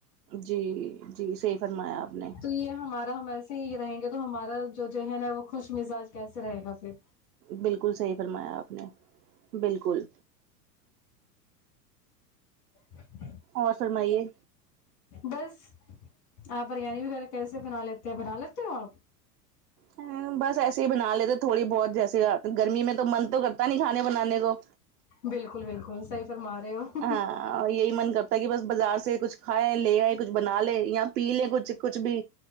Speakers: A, on the right; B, on the left.
A: جی جی صحیح فرمایا آپ نے
B: تو یے ہمارا ہم ایسے ہی رہیں گے تو ہمارا جو ذہن ہے وہ خوش مزاج کیسے رہے گا پھر
A: بالکل صحیح فرمایا آپ نے بالکل
B: <inaudible>
A: اور فرمائیے
B: بس آپ بریانی وغیرہ کیسے بنا لیتے ہیں بنا لیتے ہو آپ
A: ہاں بس ایسے ہی بنا لیتے تھوڑی بہت جیسے گرمی میں تو من تو کرتا نہیں کھانے بنانے کو
B: بالکل بالکل صحیح فرما رہے ہو
A: ہاں اں یہی من کرتا ہے کہ بس بازار سے کچھ کھائے لے آے کچھ بنا لے یا پی لیں کچھ کچھ بھی